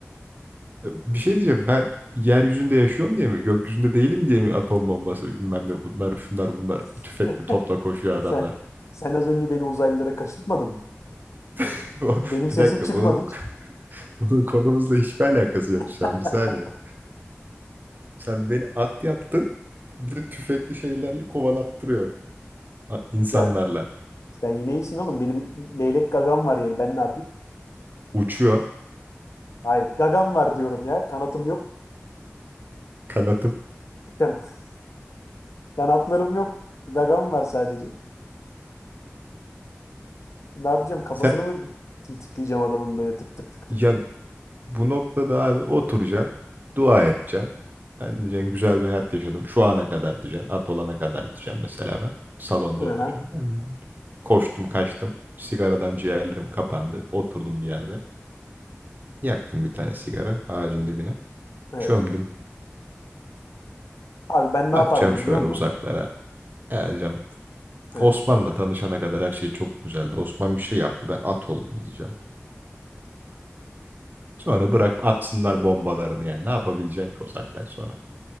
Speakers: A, on the right; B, on the left.
A: Bir şey diyeceğim. Ben yeryüzünde yaşıyorum diye mi? Gökyüzünde değilim diye mi atom bombası bilmem ne bunlar şunlar bunlar
B: <laughs>
A: tüfekle topla koşuyor adamlar.
B: Sen sen az önce beni uzaylılara kaçırtmadın mı?
A: <laughs>
B: Benim sesim
A: Bir dakika
B: çıkmadı
A: bunun,
B: hiç.
A: <laughs> bunun konumuzla hiçbir alakası yok
B: <laughs>
A: şu an. Bir saniye. Sen beni at yaptın. Bir de tüfekli şeylerle kovalattırıyorsun. a- insanlarla
B: Ya sen yine iyisin oğlum. Benim leylek gagam var yani ben ne yapayım?
A: uçuyor
B: Hayır gagam var diyorum ya. Kanatım yok.
A: kanatım.
B: Kan- <laughs> kanatlarım yok. Gagam var sadece. Ne yapacağım? Kafasını
A: Sen
B: mı tiftikleyeceğim adamın böyle tık tık tık tık?
A: ya bu noktada abi oturacaksın, dua edeceksin. Ben diyeceksin güzel bir hayat yaşadım. Şu ana kadar diyeceksin. At olana kadar diyeceğim mesela ben. Salonda
B: Hı
A: oturacağım.
B: hı.
A: Ben de koştum kaçtım. Sigaradan ciğerlerim kapandı. Oturdum bir yerde. Yaktım bir tane sigara ağacın dibine.
B: Evet.
A: Çömdüm.
B: Abi ben ne
A: Bakacağım
B: yapardım
A: şöyle
B: biliyor musun?
A: uzaklara. Ya diyeceğim
B: He.
A: Osman'la tanışana kadar her şey çok güzeldi. Osman bir şey yaptı. Ben at oldum diyeceğim. Sonra bırak atsınlar bombalarını yani. Ne yapabileceksin ki o saatten sonra?